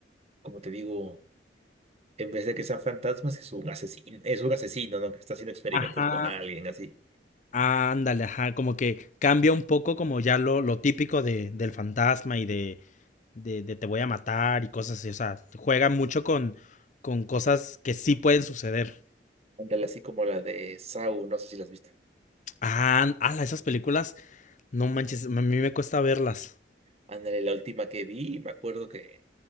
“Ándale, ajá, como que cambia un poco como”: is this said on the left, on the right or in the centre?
Left